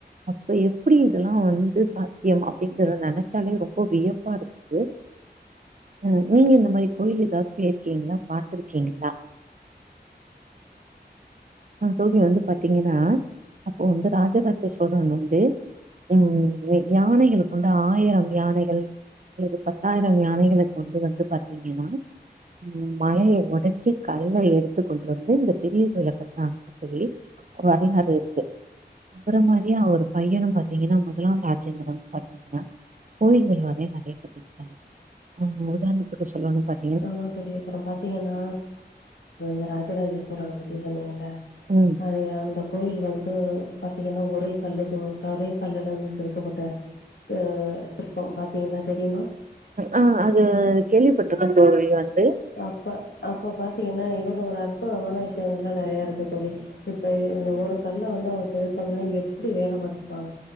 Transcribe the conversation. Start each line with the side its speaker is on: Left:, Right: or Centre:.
Right: அப்ப எப்டி இதெல்லா வந்து சாத்தியம் அப்டீங்கிறத நெனச்சாலே ரொம்ப வியப்பா இருக்குது ம் நீங்க இந்த மாரி கோயில் எதாவ்து போயிருக்கீங்ளா பாத்திருக்கீங்ளா அ தோழி வந்து பாத்தீங்கனா அப்றோ வந்து ராஜ ராஜா சோழன் வந்து ம் ய யானைகள கொண்டு ஆயிரம் யானைகள் அல்லது பத் த்தாயிரம் யானைகள கொண்டு வந்து பாத்தீங்கனா ம் மலைய ஒடச்சி கல்ல எடுத்து கொண்டு வந்து இந்த பெரிய கோயில கட்னாங்க சொல்லி வரலாறு இருக்கு அவர மாரியே அவரு பையனு பாத்தீங்கனா முதலாம் ராஜேந்திரன் பாத்தீங்கனா கோயில்கள் நெறைய நெறைய கட்டிருக்காங்க ஆ உதாரணத்துக்கு சொல்லணுன் பாத்
Left: ஆமா தோழி அப்பறோ பாத்தீங்கனா இந்த ராஜராஜ சோழன பத்தி சொன்னீங்கள்ல
Right: ம்
Left: அது அந்த கோயில் வந்து பாத்தீங்கனா ஒரே கல்லுக்கு ஒரே கல்லுல வந்து செதுக்கப்பட்ட அ சிற்பம் பாத்தீங்களா தெரியுமா
Right: ஆ அது கேள்விப்பட்ருக்கே தோழி வந்து
Left: அப்ப அப்ப பாத்தீங்கன்னா இவ்ளோ ஒரு அற்புதமான விஷயங்கல்லா நெறைய இருக்கு தோழி இப்ப இந்த ஒரு கல்ல வந்து அவங்க செதுக்கன்னா எப்டி வேல பாத்திருப்பாங்க